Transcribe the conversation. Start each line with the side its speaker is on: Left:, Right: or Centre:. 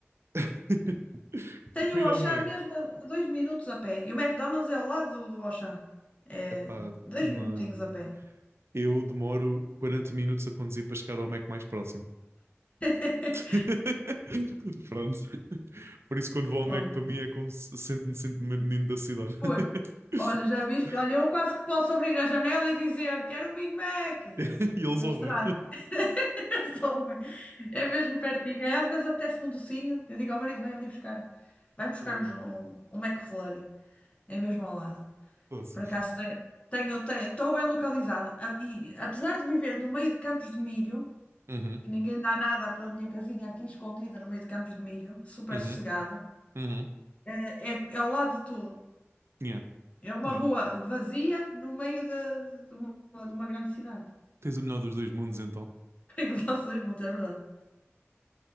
Right: <laughs>
Left: Tenho
Right: Para
Left: o
Right: ir
Left: Auchan
Right: ao Mac,
Left: mesmo a a dois minutos a pé. E o McDonald's é ao lado do, do Auchan. É
Right: epá,
Left: dois
Right: não.
Left: minutinhos a pé.
Right: Eu demoro 40 minutos a conduzir para chegar ao Mac mais próximo.
Left: <laughs>
Right: <laughs> Pronto. Por isso, quando vou ao Mac,
Left: Olha,
Right: para mim é como se sinto-me sinto mesmo menino da cidade. <laughs>
Left: pois. Olha, já viste? Olha, eu quase que posso abrir a janela e dizer quero um Big Mac.
Right: E eles
Left: Eles
Right: ouvem.
Left: trazem, <laughs> eles ouvem. É mesmo pertinho. É, Às vezes apetece-me um docinho. Eu digo ao marido, vai ali buscar. Vai buscar
Right: E-
Left: uns- um, um McFlurry. É mesmo ao lado.
Right: Poça.
Left: Por acaso te- tenho, tenho, estou bem localizada. A- E apesar de viver no meio de campos de milho,
Right: Uhum,
Left: que ninguém dá nada pela minha casinha aqui escondida no meio de campos de milho, super
Right: uhum,
Left: sossegado,
Right: uhum.
Left: é, é ao lado de tudo.
Right: Yeah,
Left: É uma
Right: yeah.
Left: rua vazia no meio de, de uma, de uma grande cidade.
Right: Tens o melhor dos dois mundos, então.
Left: <laughs> Tenho os nossos montes, é verdade.